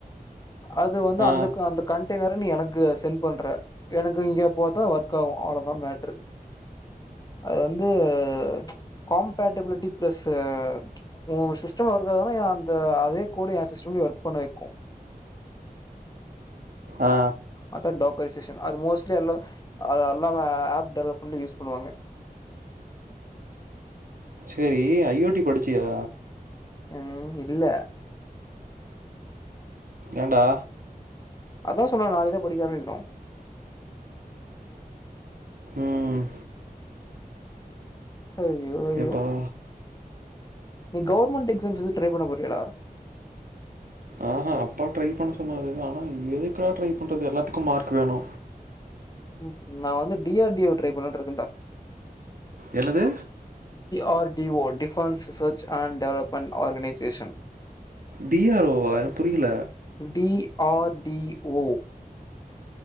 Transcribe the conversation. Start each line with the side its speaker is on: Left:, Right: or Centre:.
Left: அது வந்து
Right: ஆ
Left: அந்த க அந்த கண்ட் டைனரு நீ எனக்கு சென்ட் பண்ற எனக்கு இங்க போத்தா ஒர்க் ஆகு அவ்ளோதா மேட்ரு அது வந்து ப்ச் காம்படபிளிட்டி ப்ளஸ் ஓ சிஸ்ட சிஸ்டமம் வரும்னா என் அந்த அதே கூட என் சிஸ்டம்லய ஒர்க் பண்ண வைக்கு
Right: ஆ
Left: அத டோக்கரி அப்ளிகேஷன் அல்மோஸ்ட் எல்லா எல்லாமே ஆப் டெவலப் பண்ண யூஸ் பண்ணுவாங்க
Right: சரி ஐஓடி படிச்சியா
Left: ம் இல்ல
Right: ஏண்டா
Left: அதான் சொன்ன நாளைதான் படிக்க ஆரம்பிக்கனு
Right: ம்
Left: அய்யோ அய்யோ
Right: எப்பா
Left: நீ கவர்மெண்டட் எக்ஸாம்ஸ் ஏதாது ட்ரை பண்ண போறீயாடா
Right: ஆஹ்ஹா அப்பா ட்ரை பண்ண சொன்னாரு ஆனா எதுக்குடா ட்ரை பண்றது எல்லாத்துக்கு மார்க் வேணு
Left: ம் ம் நா வந்து D R D O try பண்ணட்டு இருக்கேடா
Right: என்னது
Left: R D O defence search and development organisation
Right: D R ஓவா எனக் புரியல
Left: டி ஆர் டி ஓ